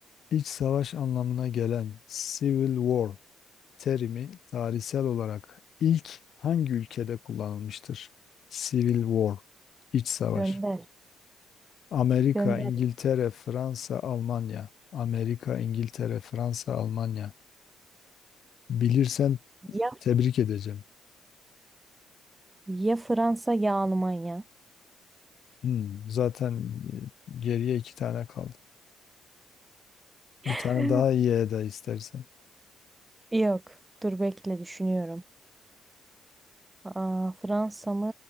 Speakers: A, on the left (about 65°); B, on the right (about 15°).
A: İç savaş anlamına gelen Civil War terimi tarihsel olarak ilk hangi ülkede kullanılmıştır? Civil War, iç savaş.
B: Gönder.
A: Amerika,
B: Gönder.
A: İngiltere, Fransa, Almanya. Amerika, İngiltere, Fransa, Almanya. Bilirsen
B: Ya,
A: tebrik edeceğim.
B: ya Fransa ya Almanya.
A: Hmm, zaten e, geriye iki tane kaldı. Bir
B: <laughs>
A: tane daha iyi eda istersen.
B: Yok. Dur bekle düşünüyorum. Aa, Fransa mı